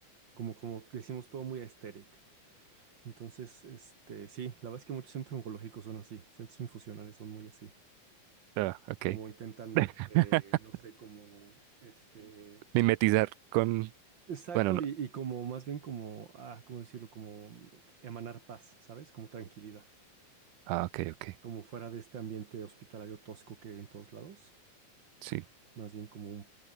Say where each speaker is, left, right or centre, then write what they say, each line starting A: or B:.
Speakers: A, on the right; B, on the right.
A: como, como decimos, todo muy aesthetic. Entonces, este, sí, la verdad es que muchos centros oncológicos son así, centros infusionales son muy así,
B: Ah, ok.
A: como intentan,
B: <laughs>
A: eh, no sé, como, este,
B: Mimetizar con...
A: exacto,
B: Bueno, no.
A: y, y como más bien como, ah, ¿cómo decirlo? Como mm, emanar paz, ¿sabes? Como tranquilidad.
B: Ah, ok, ok.
A: como fuera de este ambiente hospitalario tosco que hay en todos lados,
B: Sí,
A: más bien como un,